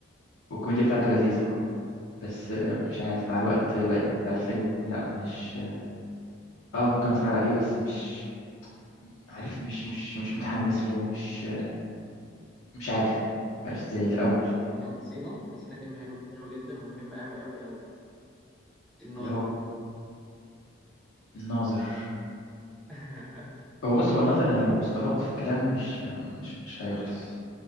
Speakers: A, on the left (about 80°); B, in the centre.
A: والكوميديا
B: امم
A: بتاعته لذيذة
B: فاهمة
A: بس آه،
B: امم
A: مش عارف مع الوقت بقت بقى الفيلم لا مش اه ممكن اتفرج عليه بس مش عارف مش مش مش متحمس له مش مش عارف
B: أه
A: مبقاش زي الأول
B: إحنا نسينا نسينا فيلم مهم- حلو جدا ومهم أوي أوي أوي الناظر
A: اللي هو الناظر
B: <laughs>
A: هو بص هو الناظر أنا لو استفدت في الكلام مش مش مش هيخلص